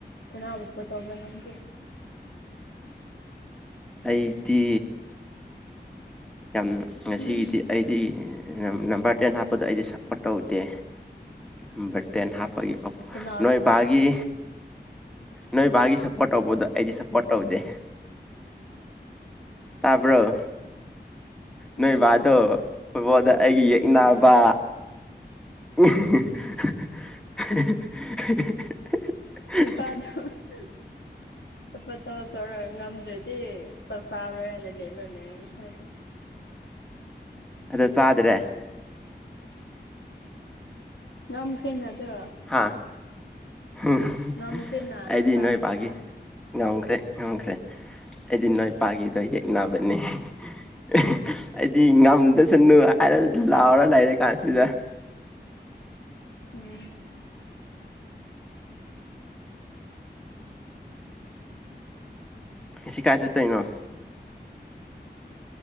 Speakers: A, on the left; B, in the centre.
A: ꯀꯅꯥꯕꯨ ꯁꯞꯄꫭꯔꯠ ꯇꯧꯕ꯭ꯔ ꯅꯪꯗꯤ
B: ꯑꯩꯗꯤ ꯌꯥꯝ ꯉꯁꯤꯒꯤꯗꯤ
A: ꯎꯝ
B: ꯑꯩꯗꯤ ꯅꯝꯕꯔ ꯇꯦꯟ ꯍꯥꯞꯄꯗꫭ ꯑꯩꯗꯤ ꯁꯞꯄꯣꯔꯠ ꯇꯧꯗꯦ ꯅꯝꯕꯔ ꯇꯦꯟ ꯍꯥꯞꯄꯒꯤ
A: ꯀꯅꯥꯔꯣꯀꯣ
B: ꯅꯣꯏ ꯕꯥꯒꯤ ꯅꯣꯏ ꯕꯥꯒꯤ ꯁꯞꯄꯣꯔꯠ ꯇꯧꯕꯗ ꯑꯩꯗꯤ ꯁꯞꯄꫭꯔꯠ ꯇꯧꯗꯦ ꯇꯥꯕ꯭ꯔꫭ
A: ꯎꯝ
B: ꯅꯣꯏ ꯕꯥꯗꯣ ꯐꫭꯠꯕꫭꯜꯗ ꯑꯩꯒꯤ ꯌꯦꯛꯅꯕ
A: ꯎꯝ
B: <unintelligible>
A: ꯏꯄꯥꯗꯣ <inaudible> <unintelligible> ꯉꯝꯗ꯭ꯔꯗꯤ ꯆꯥꯛ ꯆꯥꯔꯣꯏ ꯍꯥꯏꯅ <unintelligible> ꯉꯁꯥꯏꯗꯤ
B: ꯑꯗꯣ ꯆꯥꯗ꯭ꯔꯦ
A: ꯉꯝꯈ꯭ꯔꯦꯅ ꯑꯗꯣ
B: ꯍꯥ <unintelligible>
A: ꯉꯝꯈ꯭ꯔꯦꯅ
B: ꯑꯩꯗꯤ
A: ꯆꯥꯛ ꯆꯥꯒꯅꯤꯅ
B: ꯅꯣꯏ ꯕꯥꯒꯤ ꯉꯝꯈ꯭ꯔꯦ ꯉꯝꯈ꯭ꯔꯦ ꯑꯩꯗꯤ ꯅꯣꯏꯄꯥꯒꯤꯗꯣ ꯌꯦꯛꯅꯕꯅꯦ <unintelligible> ꯑꯩꯗꯤ ꯉꯝꯨꯗꯁꯅꯨ ꯍꯥꯏꯔ ꯂꯥꯎꯔ ꯂꯩꯔꯤ ꯀꯥꯟꯁꯤꯗ
A: ꯎꯝ
B: ꯉꯁꯤ ꯀꯥꯏ ꯆꯠꯇꯣꯏꯅꯣ